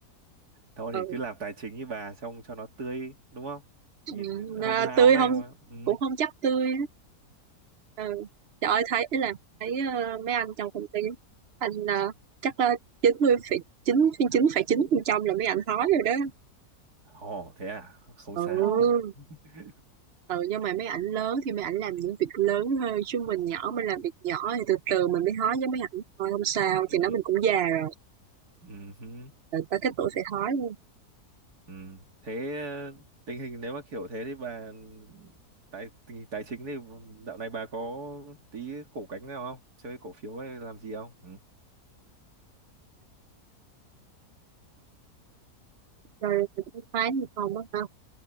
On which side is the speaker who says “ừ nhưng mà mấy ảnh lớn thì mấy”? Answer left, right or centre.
Right